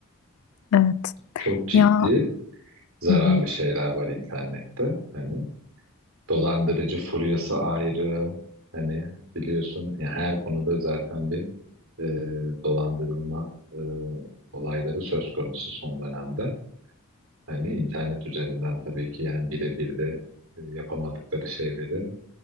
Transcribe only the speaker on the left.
Evet.
Ya
hı hı,